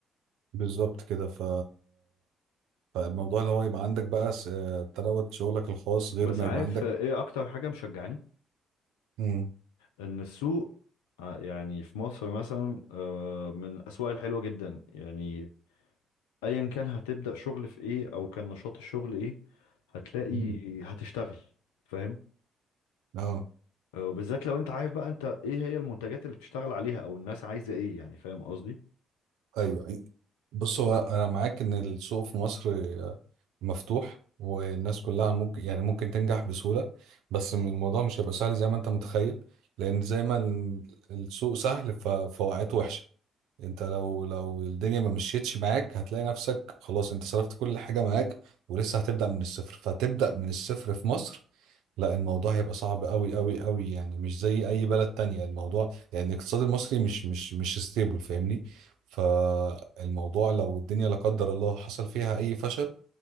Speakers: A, on the right; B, on the left.
A: بالظبط كده ف... فالموضوع اللي هو يبقى عندك بقى س- آه، تروت شغلك الخاص غير
B: بس
A: ما
B: عارف
A: يبقى عندك
B: آه، ايه اكتر حاجة مشجعاني
A: امم
B: ان السوق آه، يعني في مصر مثلا آه، من الاسواق الحلوة جدا يعني ايا كان هتبدأ شغل في ايه او كان نشاط الشغل ايه هتلاقي
A: امم
B: هتشتغل فاهم
A: اه
B: آه، وبالذات لو انت عارف بقى انت ايه هي المنتجات اللي بتشتغل عليها او الناس عايزه ايه يعني فاهم قصدي
A: ايوه بص هو انا معاك ان السوق في مصر آه، مفتوح والناس كلها ممكن يعني ممكن تنجح بسهولة بس م- الموضوع مش هيبقى سهل زي ما انت متخيل لان زي ما ال- السوق سهل ف- فوقعته وحشة انت لو لو الدنيا ما مشيتش معاك هتلاقي نفسك خلاص انت صرفت كل حاجة معاك ولسه هتبدأ من الصفر فتبدأ من الصفر في مصر لا الموضوع هيبقى صعب قوي قوي قوي يعني مش زي اي بلد تانية الموضوع لان الاقتصاد المصري مش مش مش ستيبل فاهمني فالموضوع لو الدنيا لا قدر الله حصل فيها اي فشل